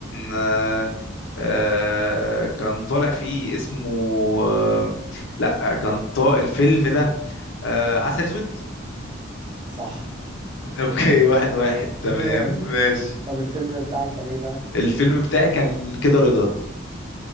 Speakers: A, on the left; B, on the right.
A: آه، آه، كان طالع فيه اسمه آه، لا كان طا الفيلم ده آه، عسل اسود
B: صح
A: <laughs> اوكي واحد واحد
B: <laughs>
A: تمام
B: جامد
A: ماشي
B: طب الفيلم بتاعك كان ايه بقى
A: الفيلم بتاعي كان كده رضا